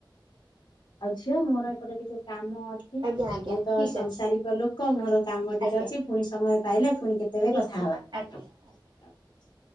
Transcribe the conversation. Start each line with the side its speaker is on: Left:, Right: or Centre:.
Left: ଆଉ। ଝିଅ ମୋର ଏପଟେ ଟିକେ କାମ ଅଛି।
Right: ଆଜ୍ଞା ଆଜ୍ଞା
Left: ମୁଁ ତ
Right: ଠିକ୍
Left: ସଂସାରିକ
Right: ଅଛି
Left: ଲୋକ ମୋର କାମ ଟିକେ
Right: ଆଜ୍ଞା
Left: ଅଛି ପୁଣି ସମୟ ପାଇଲେ ପୁଣି କେତେବେଳେ
Right: ନିଶ୍ଚିତ
Left: କଥା ହବା।
Right: ଆଜ୍ଞା
Left: ରଖୁଛି।
Right: ଆଜ୍ଞା।